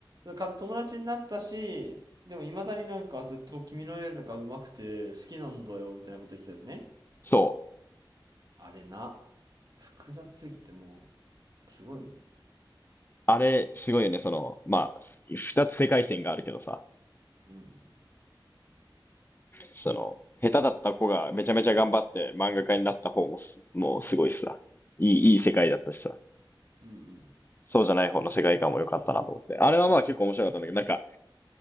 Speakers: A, on the right; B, on the left.
A: か友達になったし、でも未だになんかずっと君の絵が上手くて好きなんだよみたいなこと言ってたんですね。
B: そう。
A: あれな、複雑すぎてもう、すごいもん。
B: あれ、すごいよね、その、まあ、二つ世界線があるけどさ。
A: うん。
B: その、下手だった子がめちゃめちゃ頑張って漫画家になった方もす、もうすごいしさ。いい、いい世界だったしさ。
A: うん。うんうん。
B: そうじゃない方の世界観も良かったなと思って。あれはまあ結構面白かったんだけど、なんか、